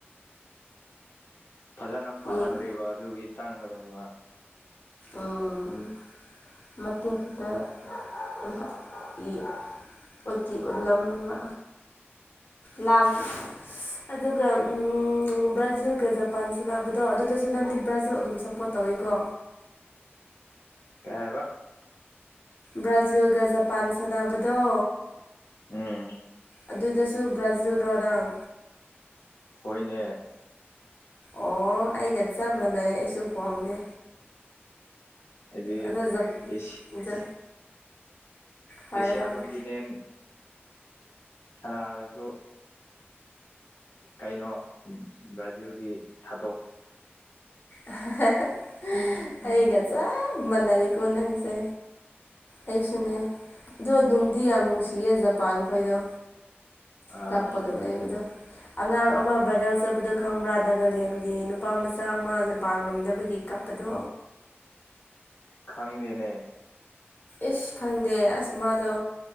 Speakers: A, on the left; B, on the left.
A: ꯐꯖꯅ ꯐꯗꯔꯤꯕ
B: ꯌꯦꯡ
A: ꯑꯗꯨꯒꯤ ꯆꯪꯗꯕꯅꯤꯃ
B: ꯎꯝ ꯃꯇꯦꯛ ꯈꯤꯇꯥ ꯑꯣꯏꯅ ꯏ ꯎꯠꯇꯤ ꯎꯜꯂꯝꯕ ꯂꯥꯎ ꯁ ꯎꯝ ꯑꯗꯨꯒ ꯕ꯭ꯔꯥꯖꯤꯜꯒ ꯖꯄꯥꯟ ꯁꯥꯟꯅꯕꯗꯣ ꯑꯗꯨꯗꯁꯨ ꯅꯪꯗꯤ ꯕ꯭ꯔꯥꯖꯤꯜ ꯑꯗꯨꯝ ꯁꯄ ꯄꯣꯠ ꯇꯧꯏꯀꯣ
A: ꯀꯩ ꯍꯥꯏꯕꯥ
B: ꯕ꯭ꯔꯥꯖꯤꯜꯒ ꯖꯄꯥꯟ ꯁꯥꯟꯅꯕꯗꯣ
A: ꯎꯝ
B: ꯑꯗꯨꯗꯁꯨ ꯕ꯭ꯔꯥꯖꯤꯜ ꯔꯣ ꯅꯪ
A: ꯍꯣꯏꯅꯦ
B: ꯑꯣ ꯑꯩꯒ ꯆꯞ ꯃꯥꯟꯅꯩ ꯑꯩꯁꯨ ꯍꯣꯡꯗꯦ
A: ꯑꯗꯨꯗꯤꯁ
B: ꯑꯗ ꯖꯞ ꯖ ꯍꯥꯏꯔꯣ
A: ꯑꯦꯁꯤꯌꯥ
B: ꯍꯥꯏꯔꯣ
A: ꯀꯣꯟꯇꯤꯅꯦꯟꯠ ꯁꯅꯥꯔꯁꯨ ꯀꯩꯅꯣ ꯕ꯭ꯔꯥꯖꯤꯜꯗꯤ ꯊꯥ
B: ꯑꯍꯥ ꯍꯥ ꯑꯩꯒ ꯆꯞ ꯃꯥꯟꯅꯩꯀꯣ ꯅꯪꯁꯦ ꯑꯩꯁꯨꯅꯦ ꯑꯗꯣ ꯅꯨꯡꯗꯤ ꯌꯥꯝ ꯅꯨꯡꯁꯤꯌꯦ ꯖꯄꯥꯟ ꯈꯣꯏꯗꯣ
A: ꯑꯥ
B: ꯀꯞꯄꯒ ꯂꯩꯕꯗꯣ ꯑꯉꯥꯡ ꯑꯃ ꯕꯥꯏꯔꯦꯜ ꯆꯠꯄꯗꯣ ꯈꯪꯕ꯭ꯔꯥ ꯅꯥꯒꯥꯂꯦꯟꯒꯤ ꯅꯨꯄꯥ ꯃꯆꯥ ꯑꯃ ꯖꯄꯥꯟ ꯉꯝꯗꯕꯒꯤ ꯀꯞꯄꯗꯣ
A: ꯈꯪꯗꯦꯅꯦ
B: ꯏꯁ ꯈꯪꯗꯦ ꯑꯁ ꯃꯥꯗꯣ